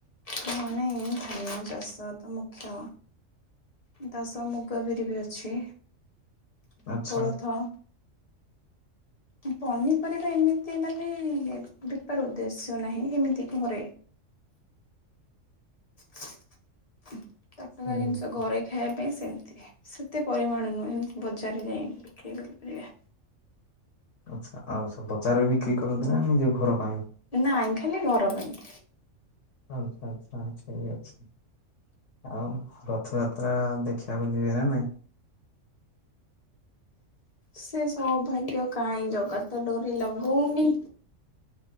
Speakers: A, on the left; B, on the left.
A: ହଁ ନାଇଁ ଧାନ ଚାଷ ତ ମୁଖ୍ୟ ତା ସହ ମୁଗ, ବିରି ବି ଅଛି କୋଳଥ
B: ଆଚ୍ଛା <inaudible>
A: ପନିପରିବା ଏମିତି ମାନେ ବେପାର ଉଦ୍ଦେଶ୍ୟ ନାହିଁ ଏମିତି ଘରେ। ତାଟକା
B: ହୁଁ।
A: ଜିନିଷ ଘରେ ଖାଇବା ପାଇଁ ସେମିତି ସେତେ ପରିମାଣ ନୁହେଁ ଏମିତି ବଜାରରେ ଯାଇ ବିକ୍ରି କରିପାରିବା।
B: ଆଚ୍ଛା ଆଉ ସବୁ ବଜାରରେ ବିକ୍ରି କରନ୍ତି ନା ନିଜ ଘର ପାଇଁ।
A: ନାଇଁ ଖାଲି ଘର ପାଇଁ।
B: ଆଚ୍ଛା ଆଚ୍ଛା ଠିକ ଅଛି। ଆଉ ରଥଯାତ୍ରା ଦେଖିବାକୁ ଯିବେ ନା ନାଇଁ?
A: ସେ ସୌଭାଗ୍ୟ କାହିଁ ଜଗା ତ ଡୋରି ଲଗଉନି।